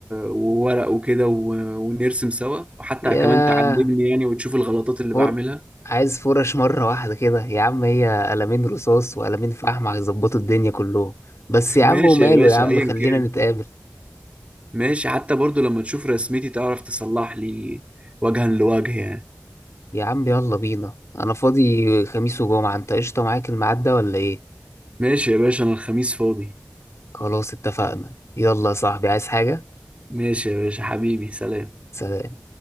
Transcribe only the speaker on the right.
وورق وكده و- ونرسم سوا وحتى
كمان تعلمني يعني وتشوف الغلطات اللي
بعملها
<laughs>
ماشي
يا باشا
ايا
كان
ماشي حتى برضو لما تشوف رسمتي تعرف تصلح لي وجها لوجه يعني
ماشي يا باشا انا الخميس فاضي
ماشي يا باشا حبيبي سلام